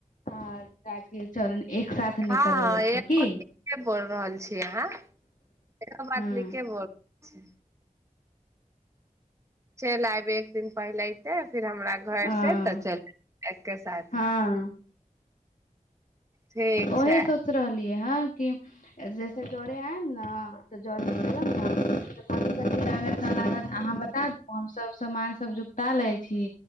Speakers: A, on the left; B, on the right.
A: राजी चरण एक साथ
B: हँ
A: निकल के की
B: हँ के बोल रहल छी अहाँ एहो बात
A: हँ
B: न के बोल छै च ल आबै दिन पहिले यते फिर हमरा घर
A: अ
B: से तऽ चलके साथ
A: हँ
B: ठीक छै
A: ओहे सोच रहलियै हँ जैसे जरे आयल ने त जरे ख ने कथ कथ लागत न लागत अहाँ बता द हम सब सामान सब जुकता ले छी